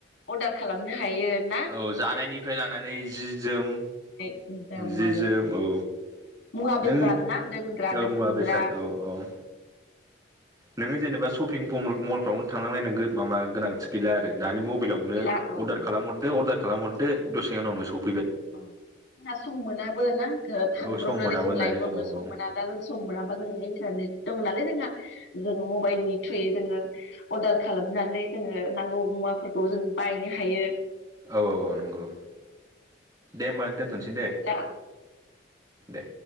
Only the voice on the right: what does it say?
औ जानायनिफ्राय लानानै जि जोम
जि जोम औ
नों
औ
मुवा बेसाद औ औ नोङो जेनेबा शफपिं मलफ्रावनो थांनांनाय नो माबा गोनांथि गैला आरो। दानि मबाइलावनो
अर्डार खालाम हरदो अर्डार खालाम हरदो दसे उनावनो सौै
औ सम मोनाबानो
दानि जुगाव
औ
औ औ औ नंगौ देमान दोनथ'सै दे
दे